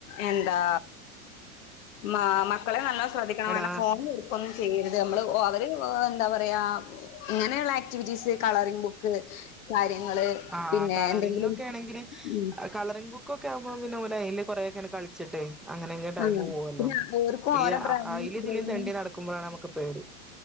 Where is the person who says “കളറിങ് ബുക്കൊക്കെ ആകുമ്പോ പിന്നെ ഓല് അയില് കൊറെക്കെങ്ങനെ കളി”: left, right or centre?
Centre